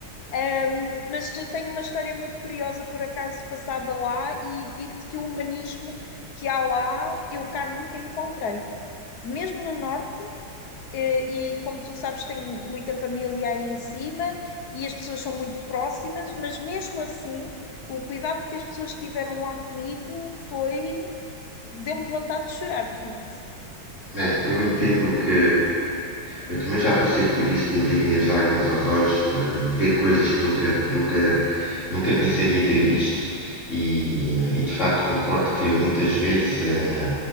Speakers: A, on the left; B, on the left.
A: Um, Mas tenho uma história muito curiosa, por acaso, passada lá, e digo-te que o humanismo que há lá, eu cá nunca encontrei. Mesmo no Norte, eh, e como tu sabes, tenho muita família aí em cima, e as pessoas são muito próximas, mas mesmo assim, o cuidado que as pessoas tiveram lá comigo foi... Deu-me vontade de chorar, digo-te.
B: É, eu entendo que eu também já passei por isso de me virem as lágrimas aos olhos, de de ver coisas que nunca, nunca, nunca pensaria ter visto. E, e, de facto concordo que muitas vezes eh,